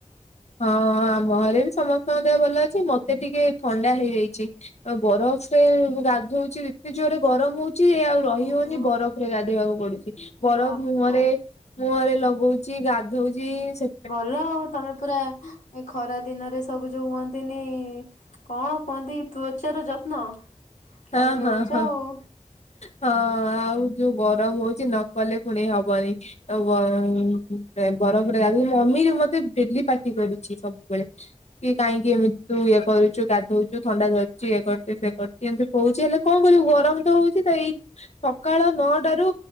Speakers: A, on the left; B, on the left.
A: ହଁ ଆମ ଘରେ ବି ସମସ୍ତଙ୍କ ଦେହ ଭଲ ଅଛି। ମତେ ଟିକେ ଥଣ୍ଡା ହେଇଯାଇଛି। ବରଫରେ ଗାଧଉଛି ଏତେ ଜୋରରେ ଗରମ ହଉଛି ଆଉ ରହି
B: ଓହୋ
A: ହଉନି। ବରଫରେ ଗାଧେଇବାକୁ ପଡୁଛି। ବରଫ
B: ବାପ
A: ମୁହଁରେ ମୁହଁରେ ଲଗଉଛି ଗାଧଉଛି। ସେ
B: ଭଲ ଆଉ ତମେ ପୁରା ଏ ଖରା ଦିନରେ ସବୁ ଯୋଉ ହୁଅନ୍ତିନି କଣ କହନ୍ତି ତୁ ଅଛ ନିଜର ଯତ୍ନ। ତମେ
A: ହଁ
B: ନଉଛ
A: ହଁ ହଁ।
B: ଆଉ
A: ହଁ ଆଉ ଯୋଉ ଗରମ ହଉଛି ନକଲେ ପୁଣି ହବନି। ଆଉ ବର ବରଫରେ ଗାଧଉଚ ମମି ମତେ ଡେଲି ପାଟି କରୁଛି ସବୁବେଳେ। କି କାହିଁକି ଏମିତି ତୁ ଇଏ କରୁଚୁ। ଗାଧଉଚୁ ଥଣ୍ଡା ଧରୁଚୁ ଇଏ କରୁଚି ସେ କରୁଚି। ଏମିତି କଉଛି ହେଲେ କଣ କରିବୁ ଗରମ ତ ହଉଛି ତ ଏଇ ସକାଳ ନଅଟାରୁ